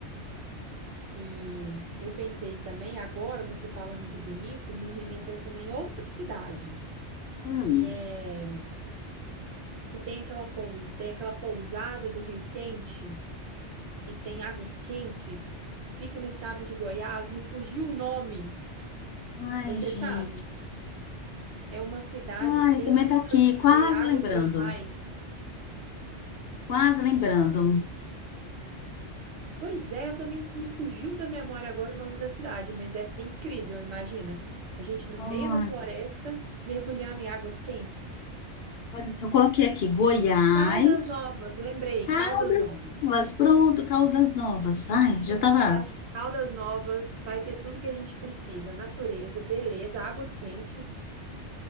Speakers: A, on the right; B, on the left.
A: E eu pensei também, agora você falando de Bonito, me remeteu também a outra cidade,
B: Hum.
A: que é que tem aquela, pous... tem aquela pousada do Rio Quente, que tem águas quentes, fica no estado de Goiás, me fugiu o nome,
B: Ai,
A: você
B: gente.
A: sabe? É uma cidade
B: Ai,
A: que tem
B: também
A: muitas
B: tá aqui, quase
A: é, águas
B: lembrando.
A: termais.
B: Quase lembrando.
A: Pois é, eu também me fugiu da memória agora o nome da cidade, mas deve ser incrível, imagina. A gente no
B: Nossa.
A: meio da floresta, mergulhando em águas quentes.
B: Pode- Eu coloquei aqui Goiás,
A: Caldas Novas, lembrei,
B: Caldas
A: Caldas Novas.
B: Novas, pronto, Caldas Novas. Ai,
A: Nossa,
B: já estava.
A: acho que Caldas Novas vai ter tudo que a gente precisa: natureza, beleza, águas quentes.